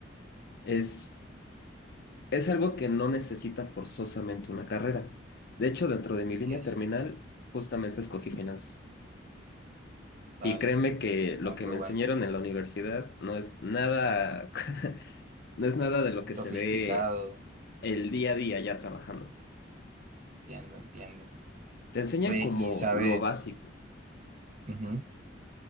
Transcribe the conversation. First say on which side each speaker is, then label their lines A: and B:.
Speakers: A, on the left; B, on the right.
A: es Es algo que no necesita forzosamente una carrera. De hecho, dentro de mi línea
B: así es,
A: terminal, justamente escogí finanzas.
B: vale.
A: Y créeme que lo
B: No,
A: que
B: qué
A: me
B: bueno.
A: enseñaron en la universidad no es nada, <laughs> no es nada de lo que se
B: Sofisticado.
A: ve el día a día ya trabajando.
B: Entiendo, entiendo.
A: Te enseñan
B: Oye,
A: como
B: y sabes,
A: lo básico,
B: ujú,